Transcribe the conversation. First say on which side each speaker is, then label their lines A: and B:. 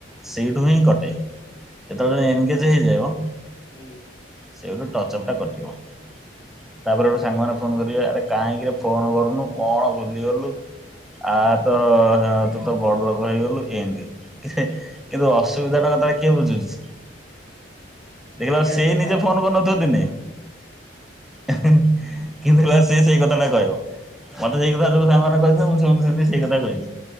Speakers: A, in the centre; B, on the left (about 70°).
A: ସେଇଠୁ ହିଁ କଟେ। ଯେତେବେଳେ ଏନଗେଜ ହେଇଯିବ
B: ହୁଁ।
A: ସେଇଠୁ ଟଚ ଅପ୍ ଟା କଟିବ। ତାପରେ ହେଠୁ ସାଙ୍ଗମାନେ ଫୋନ କରିବେ ଆରେ କାହିଁକିରେ ଫୋନ କରୁନୁ କଣ ଭୁଲିଗଲୁ। ଆ ତ ତୁ ତ ବଡ ଲୋକ ହେଇଗଲୁ। ଏମତି। କିନ୍ତୁ
B: ଏ
A: ଅସୁବିଧା ଟା କଥାଟା କିଏ ବୁଝୁଛି। ଦେଖିଲାଳୁ
B: ଏଇ ଡାଇଲଗ
A: ସେଇ ନିଜେ
B: ଟା ଆଗେ
A: ଫୋନ କରିନଥିବ ଦିନେ। କିନ୍ତୁ ଦେଖିଲାବେଳୁ ସେ ସେଇ କଥା ଟା କହିବ। ମତେ ସେଇ କଥା ସବୁ ସାଙ୍ଗମାନେ କହିଥିଲେ ମୁଁ ସେମିତି ସେମିତି ସେଇ କଥା କହିବି